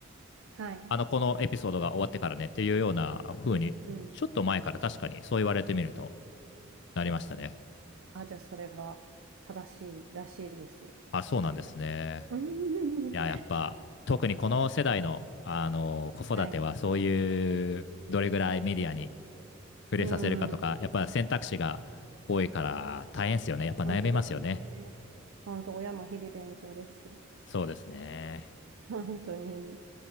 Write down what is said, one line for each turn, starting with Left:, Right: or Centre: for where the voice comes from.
Right: はい。
Left: あの、このエピソードが終わってからねっていうような風に、
Right: うん。うん
Left: ちょっと前から確かにそう言われてみると、なりましたね。
Right: あ、じゃあそれが正しいらしいです。
Left: あ、そうなんですね。
Right: うん
Left: いや、やっぱ、特にこの世代の、あの、子育ては、
Right: <laughs> はい。
Left: そういう、どれぐらいメディアに触れさせるかとか、
Right: うん。
Left: やっぱ選択肢が多いから大変ですよね。やっぱ悩みますよね。
Right: 本当ですよね。本当、親も日々勉強です。
Left: そうですね。
Right: 本当に。